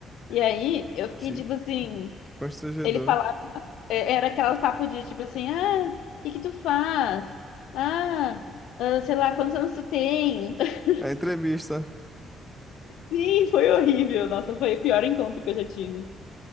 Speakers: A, on the left; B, in the centre.
A: E aí eu fiquei
B: que,
A: tipo assim,
B: que constrangedor.
A: ele falava é, era aquelas papo de tipo assim, ah, o que que tu faz? Ah, ah, sei lá, quantos anos tu tem? <laughs>
B: A entrevista.
A: Sim, foi horrível. Nossa, foi o pior encontro que eu já tive.